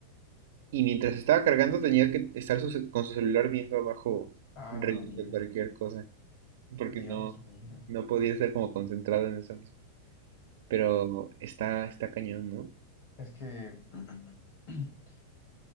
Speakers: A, on the right; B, on the left.
A: Y mientras estaba cargando tenía que estar su ce- con su celular viendo abajo
B: Ah,
A: reels
B: la vida.
A: de cualquier cosa. porque
B: Dios
A: no,
B: mío.
A: no podía estar como concentrado en eso mismo. Pero está, está cañón, ¿no?
B: Es que <clears throat>